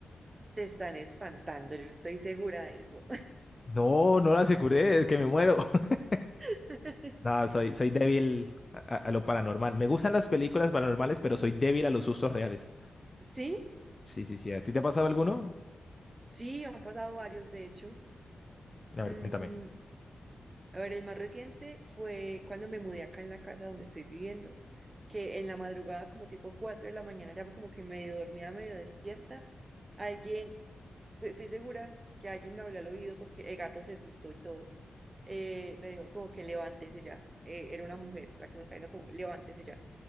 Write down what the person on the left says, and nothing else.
No, no la aseguré, es que me muero. <laughs>
No, soy, soy débil a, a- a lo paranormal. Me gustan las películas paranormales, pero soy débil a los sustos reales.
Sí, sí, sí. ¿A ti te ha pasado alguno?
A
ver, cuéntame.